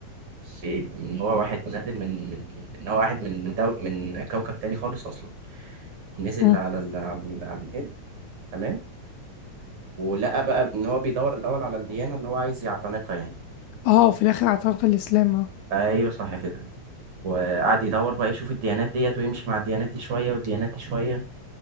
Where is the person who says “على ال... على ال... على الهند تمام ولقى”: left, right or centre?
Right